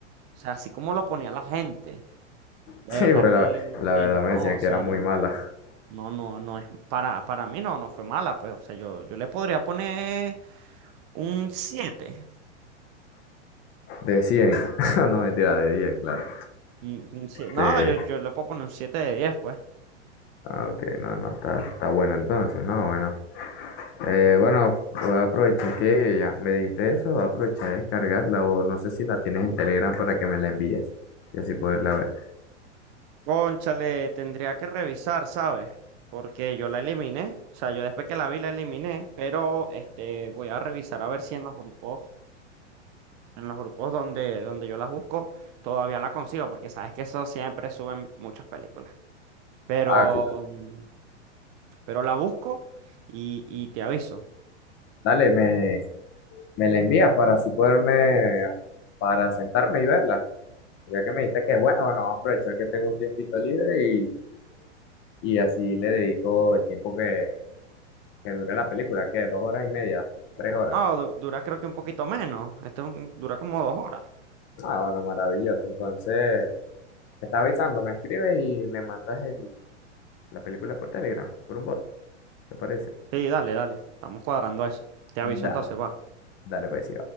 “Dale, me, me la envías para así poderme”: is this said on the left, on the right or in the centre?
Left